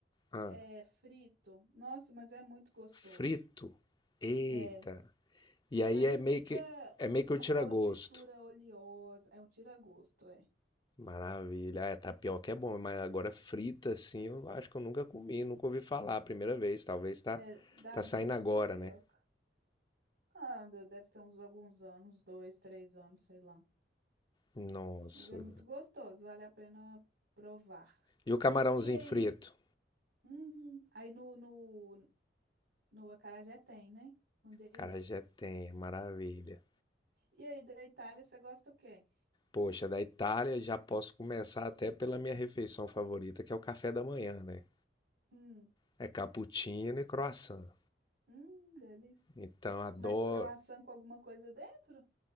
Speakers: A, on the left; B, on the right.
A: Ah,
B: é frito. Nossa, mas é muito gostoso.
A: frito. Eita.
B: É,
A: E aí
B: Mas não
A: é
B: fica
A: meio que é meio que um
B: aquela
A: tira-gosto.
B: fritura oleosa. É um tira-gosto, é.
A: Maravilha. Ah, tapioca é bom, mas agora frita assim, eu acho que eu nunca comi, nunca ouvi falar, a primeira vez, talvez tá
B: É dadinho
A: tá saindo
B: de
A: agora,
B: tapioca.
A: né?
B: Ah, de- deve ter uns alguns anos, dois, três anos, sei lá.
A: Nossa.
B: Mas é muito gostoso, vale a pena provar.
A: E o camarãozinho
B: E aí?
A: frito?
B: Hum, aí no, no, no acarajé tem, né? Um deles.
A: Cara, já tem, é maravilha.
B: E aí, da Itália, você gosta o quê?
A: Poxa, da Itália já posso começar até pela minha refeição favorita, que é o café da manhã, né?
B: Hum,
A: É cappuccino e croissant.
B: hum, delícia.
A: Então, adoro.
B: Mas croissant com alguma coisa dentro?